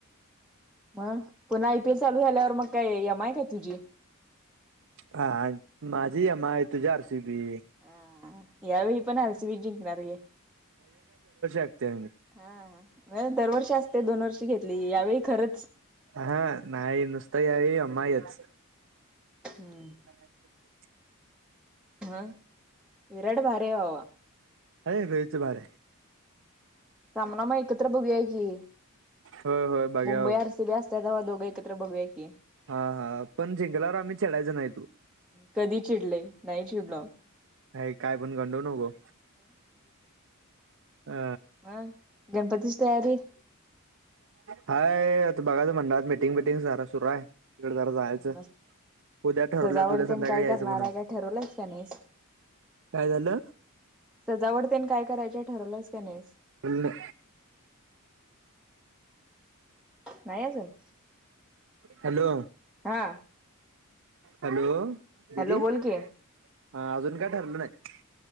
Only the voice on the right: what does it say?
हा माझी एम आय तुझी आर सी बी.
क्त याय नाहीत.
ह हा नाही नुसतं यावेळी एम् आय चं.
<unintelligible>
आहे लईच भारी आहे.
होय होय बघ्याव
हा हा पण जिंकल्यावर आम्ही चिडायचं नाही तु.
हे कायपण गंडवू नको. अ
हाय आता बघालय मंडळात मीटिंग बिटिंग जरा सुरू आहे. तिकडं जरा जायचं.
उद्या ठरवल्यात
उद्या संध्याकाळी
यायचं
म्हणून,
काय झालं?
ऊन्न
हॅलो.
हॅलो दिदी,
हा
अजून काय ठरलं नाही.